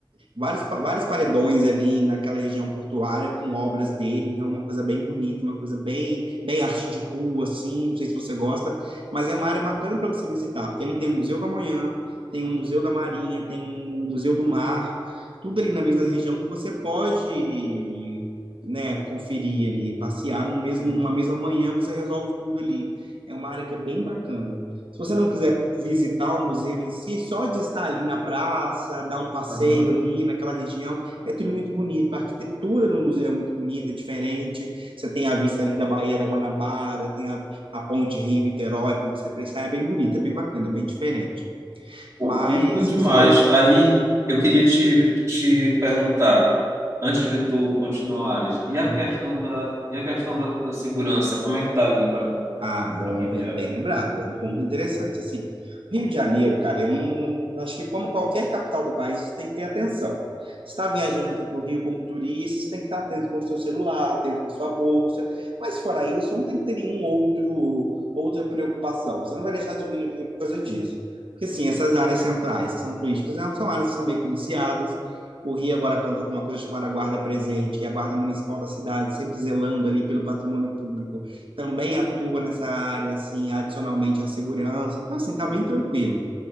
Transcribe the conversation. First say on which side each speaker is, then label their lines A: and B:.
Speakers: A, on the right (about 75°); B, on the right (about 35°).
A: vários, vários paredões ali naquela região portuária com obras dele, então é uma coisa bem bonita, uma coisa bem, bem arte de rua, assim, não sei se você gosta, mas é uma área bacana para você visitar, porque ali tem o Museu da Manhã, tem o Museu da Marinha, tem o Museu do Mar, tudo ali na mesma região que você pode né, conferir ali, passear no mesmo,
B: Uhum,
A: numa mesma manhã, você resolve tudo ali. É uma área que é bem bacana. Se você não quiser visitar o museu em si, só de estar ali na praça, dar um passeio
B: Aham.
A: ali naquela região, é tudo muito bonito. A arquitetura do museu é muito bonita, é diferente. Você tem a vista ali da Baía da Guanabara, tem a, a ponte Rio-Niterói para você apreciar. É bem bonita, é bem bacana, é bem diferente.
B: Pô,
A: Mas
B: curto demais.
A: você falou que.
B: Aí eu queria te, te perguntar, antes de tu continuares, e a
A: Aham.
B: questão da, e a questão da, da segurança, como é que tá aí para
A: Ah, bom,
B: para quem
A: bem,
B: viaja?
A: bem lembrado. É um ponto interessante. Assim, o Rio de Janeiro, cara, é um. eu Acho que como qualquer capital do país, você tem que ter atenção. Você está viajando aqui para o Rio como turista, você tem que estar atento com o seu celular, atento com a sua bolsa. Mas fora isso, não tem que ter nenhum outro outra preocupação. Você não vai deixar de vir no Rio por causa disso. Porque assim, essas áreas centrais que são turísticas, né, são áreas que são bem policiadas. O Rio agora conta com uma coisa chamada Guarda Presente, que é a Guarda Municipal da cidade, sempre zelando ali pelo patrimônio público também atua nessa área, assim, adicionalmente à segurança. Então, assim, tá bem tranquilo.